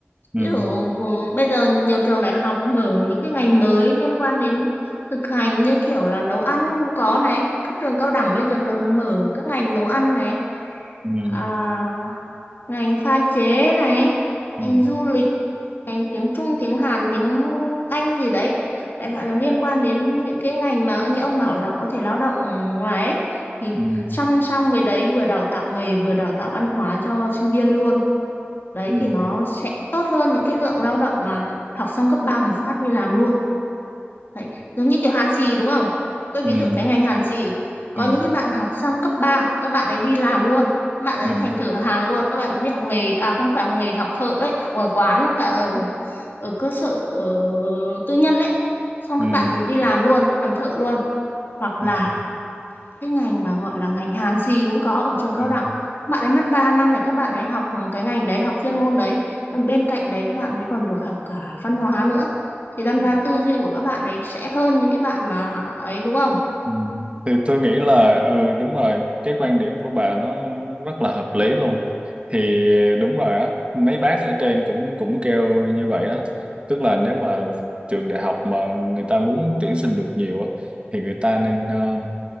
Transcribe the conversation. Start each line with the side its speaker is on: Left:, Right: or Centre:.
Right: ừ,
Left: ví dụ ừ, bây giờ nhiều trường đại học mở những cái ngành mới liên quan đến thực hành như kiểu là nấu ăn cũng có này các trường cao đẳng bây giờ nó mở các ngành nấu ăn này
Right: ừ,
Left: à, ngành pha chế này ngành
Right: ừ,
Left: du lịch ngành tiếng Trung tiếng Hàn tiếng Anh gì đấy đại loại là liên quan đến những cái ngành mà như ông bảo là có thể lao động ngoài ấy thì
Right: ừ,
Left: song song với đấy vừa đào tạo nghề vừa đào tạo văn hóa cho sinh viên luôn đấy
Right: ừ,
Left: thì nó sẽ tốt hơn những cái lượng lao động mà học xong cấp 3 một phát đi làm luôn Đấy, giống như kiểu hàn xì đúng không? Tôi
Right: ừ,
Left: ví dụ cái ngành hàn xì có
Right: ừ, ừ,
Left: những
Right: ừ,
Left: cái bạn học xong cấp 3 các bạn ấy đi làm luôn, các bạn ấy
Right: ừ,
Left: thành thợ hàn luôn, các bạn đi học nghề à không phải học nghề học thợ ấy, học ở quán cả ở, ở cơ sở ờ, tư nhân ấy. Xong
Right: ừ,
Left: các bạn đi làm luôn, làm thợ luôn hoặc
Right: ừ.
Left: là
Right: ừ,
Left: cái ngành mà gọi là ngành hàn gì cũng có ở trường cao
Right: ừ,
Left: đẳng bạn ấy mất 3 năm để các bạn ấy học ừ, cái ngành đấy học chuyên môn đấy Còn bên cạnh đấy các bạn ấy còn được học cả văn hóa nữa thì đâm
Right: ừ.
Left: ra tư duy của các bạn ấy sẽ hơn những cái bạn mà ấy đúng không
Right: Ừ. Thì tôi nghĩ là ừ đúng rồi cái quan điểm của bà nó rất là hợp lý luôn thì đúng rồi á mấy bác ở trên cũng cũng kêu như vậy đó tức là nếu mà trường đại học mà người ta muốn tuyển sinh được nhiều á thì người ta nên ờ,